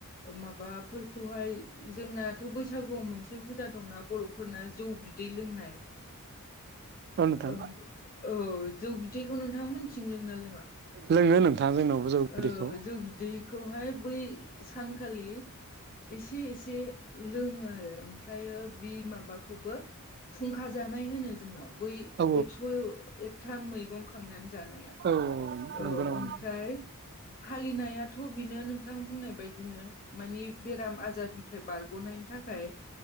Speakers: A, on the left (about 40°); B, on the right (about 50°).
A: माबाफोरखौहाय जोंना थ' बैसागुआव मोनसे हुदा दंना बर'फोरना जौ बि दै लोंनाय।
B: औ नोंथां
A: ओं ओ जौ बि दैैखौ नोंथां मोननिथिं लोङोना लोङा?
B: लोङो नोंथां जोंनावबो जौ
A: औ।
B: बिदैखौ
A: जौ बिदैखौहाय बै सानखालि एसे-एसे लोङो आरो। ओमफ्रायो बे माबाखौबो फुंखा जानाय होनो जोंनाव बै
B: औ
A: एकस' एकथा मैगं खांनानै जानाया।
B: औ नंगौ
A: औ
B: नामा
A: ओमफ्राय
B: नोंथां
A: फालिनायाथ' बेनो नोंथां बुंनाय बायदिनो मानि बेराम आजारनि फ्राय बारग'नायनि थाखाय